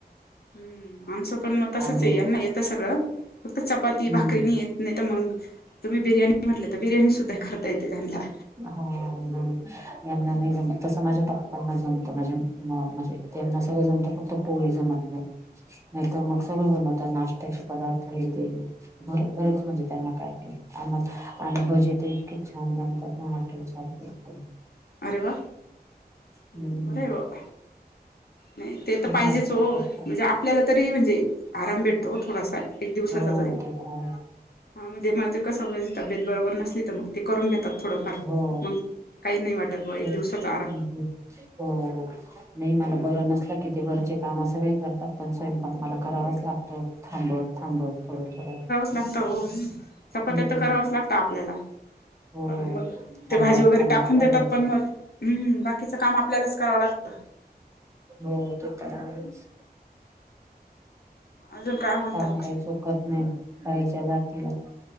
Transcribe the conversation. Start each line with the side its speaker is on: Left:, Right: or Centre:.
Left: हम्म आमचं पण मग तसंच
Right: आणि
Left: ये यांना येतं सगळं फक्त चपाती भाकरी
Right: हम्म
Left: नाही येत. नाही तर मग तुम्ही बिर्याणी म्हटलं तर बिर्याणी सुद्धा करता येते त्यान्ला.
Right: हो यांना
Left: हम्म
Right: नाही जमत तसं माझ्या पप्पांना जमत माझे म्हणजे त्यांना सगळं जमतं फक्त पोळी जमत नाही
Left: हम्म
Right: नाही तर मग सगळं बनवता नाशत्याचे पदार्थ हे तेर बरच
Left: हम्म
Right: म्हणजे त्यांना काय आ आणि बजे तर इतके छान जणतात ना हॉटेल सारखे एकदम.
Left: अरे वा बर
Right: हम्म
Left: ब. नाही ते तर
Right: खूप
Left: पाहिजेच
Right: मस्त
Left: हो
Right: करतात
Left: म्हणजे आपल्याला तरी म्हणजे आराम भेट त थोडासा एक दिवसाचा
Right: हो
Left: तरी
Right: ते पण
Left: हा म्हणजे माझे. कसची तब्येत बरोबर नसली तर मग ते करून घेतात थोडंफार
Right: हो
Left: मग काही नाही वाटत बऊ एक
Right: तेच
Left: दिवसाचा आरा.
Right: हम्म हो नाही मला बर. किती वरचे काम सगळे करतात पण स्वयंपाक मला करावंच लागतं. थांबत थांबत थोडं थोडं
Left: लागत हो चपात्या
Right: हम्म
Left: तर करावच लागत आपल्याला
Right: हो
Left: मग
Right: थांबत
Left: ते भाजी वगैरे
Right: थांबत
Left: टाकून
Right: करायचं
Left: देतात पण मग हम्म बाकीचं काम आपल्यालाच करावं लागतं
Right: हो ते तर आहेच.
Left: अजून काय म्हणतात
Right: काम काही चुकत नाही बाईचा जातीला